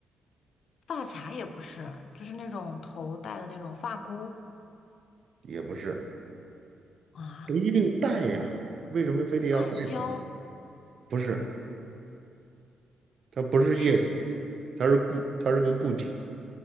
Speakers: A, on the left; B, on the right.
A: 发卡也不是，就是那种头戴的那种发箍
B: 也不是，
A: 啊，
B: 不一定戴呀，为什么非得要戴头上？
A: 发胶
B: 不是，它不是液体，
A: 是
B: 它是固，它是个固体。